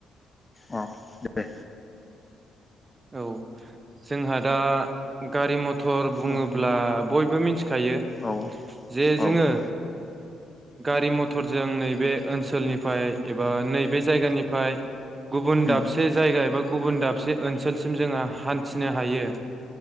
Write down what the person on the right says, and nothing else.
औ जोंहा दा गारि मथ थ'र बुङोब्ला
बयबो मिथि खायो
जे जोङो
गारि मथरजों नैबे ओनसोलनिफ्राय एबा नैबे जायगानि ओमफ्राय गुबुन
दाबसे जायगा एबा गुबुन दाबसे ओनोल ओनसोलसिम जोङो हान्थिनो हायो